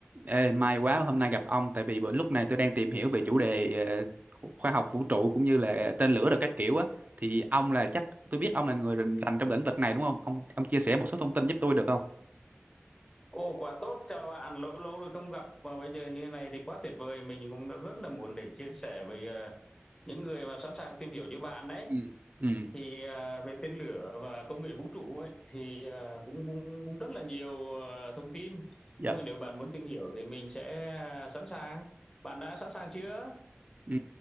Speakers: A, on the right; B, on the left.
A: Ê, may quá hôm nay gặp ông tại vì bữa lúc này tôi đang tìm hiểu về chủ đề ờ, khoa học vũ trụ cũng như là tên lửa rồi các kiểu á thì ông là chắc tôi biết ông là người rành rành trong lĩnh vực này đúng không? Ông ông chia sẻ một số thông tin giúp tôi được không?
B: Ồ quá tốt, chào bạn, lâu lâu rồi không gặp mà bây giờ như thế này thì quá tuyệt vời, mình cũng đã rất là muốn để chia sẻ với ờ, những người mà sẵn sàng tìm hiểu như bạn đấy.
A: Ừ. Ừ.
B: Thì ờ, về tên lửa và công nghệ vũ trụ ấy thì ờ, cũng cũng cũng rất là nhiều ờ, thông tin.
A: Dạ.
B: Nhưng mà nếu bạn muốn tìm hiểu thì mình sẽ ờ, sẵn sàng. Bạn đã sẵn sàng chưa?
A: Ừ.